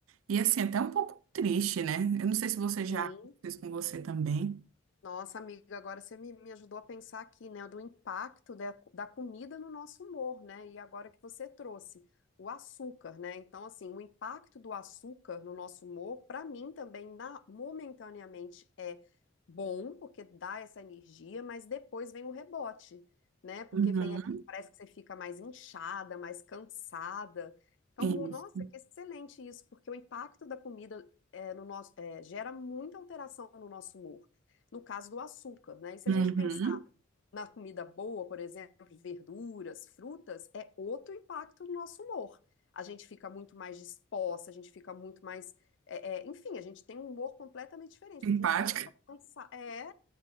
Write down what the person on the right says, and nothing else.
e assim, até um pouco triste, né? Eu não sei se você já
fez com você também.
Uhum.
Isso.
Uhum.
Simpática,